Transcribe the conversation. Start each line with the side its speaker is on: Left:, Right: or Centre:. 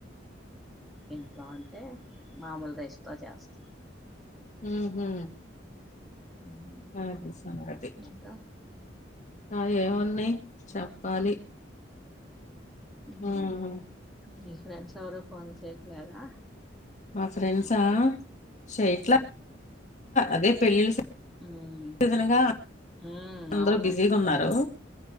Centre: ఇంట్లో అంటే మామూల్ రైసుతో జేస్త
Left: ఊహు,
Centre: మ్మ్,
Left: అది సంగతి.
Centre: ఇంకా
Left: నాయ్ ఏం ఉన్నాయి చెప్పాలి
Centre: హూమ్
Left: ఉహు
Centre: మీ ఫ్రెండ్స్ ఎవరు ఫోన్ చేయట్లేదా
Left: మా ఫ్రెండ్సా చెయట్ల అదే పెళ్ళిళ్ళ సీజన్
Centre: మ్మ్,
Left: సీజనుగా
Centre: మ్మ్,
Left: అందరు
Centre: అవును
Left: బిజీగున్నారు